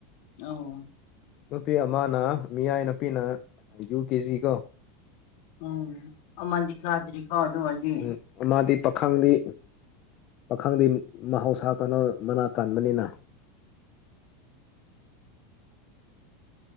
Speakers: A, on the left; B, on the left.
A: ꯑꯣ
B: ꯅꯨꯄꯤ ꯑꯃꯅ ꯃꯤꯌꯥꯏ ꯅꯨꯄꯤꯅ ꯌꯨ ꯀꯦ ꯖꯤ ꯀꯣ
A: ꯑꯣꯝ ꯑꯃꯗꯤ ꯀꯥꯗ꯭ꯔꯤꯀꯣ ꯑꯗꯨ ꯑꯣꯏꯗꯤ
B: ꯎꯝ ꯃꯥꯗꯤ ꯄꯥꯈꯪꯗꯤ ꯄꯥꯈꯪꯗꯤ ꯃꯍꯧꯁꯥ ꯀ ꯃꯅꯥ ꯀꯟꯕꯅꯤꯅ
A: <inaudible>